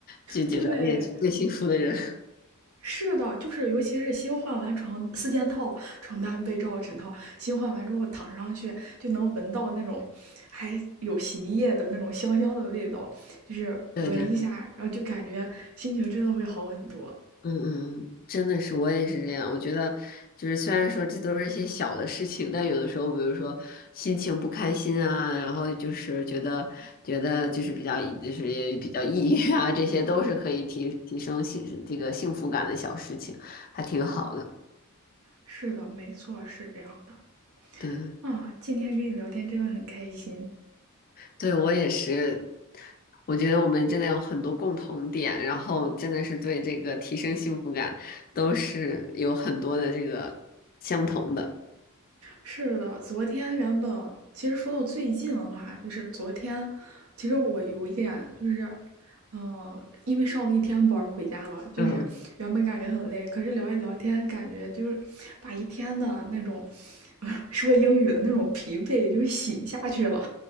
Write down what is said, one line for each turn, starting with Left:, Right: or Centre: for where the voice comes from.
Left: 就觉得哎呀，
Right: 对，
Left: 是最幸福的人。<laughs>
Right: 是的，就是尤其是新换完床四件套，床单、被罩、枕套，新换完之后躺上去就能闻到那种还有洗衣液的那种香香的味道，就是闻一下，
Left: 对对对
Right: 然后就感觉心情真的会好很多。
Left: 嗯嗯嗯，真的是，我也是这样。我觉得，就是虽然说这都是一些小的事情，但有的时候，比如说心情不开心啊，然后就是觉得觉得就是比较抑，就是也比较抑郁啊，这些都是可以提提升幸这个幸福感的小事情，还挺好的。
Right: 是的，没错，是这样的。
Left: 对，
Right: 啊，今天跟你聊天真的很开心。
Left: 对我也是。我觉得我们真的有很多共同点，然后真的是对这个提升幸福感都是有很多的这个相同的。
Right: 是的，昨天原本其实说到最近的话，就是昨天，其实我有一点就是，嗯，因为上了一天班儿回家了，就是原本感觉很累，
Left: 嗯。
Right: 可是聊一聊天，感觉就是把一天的那种 <laughs> 说英语的那种疲惫就洗下去了。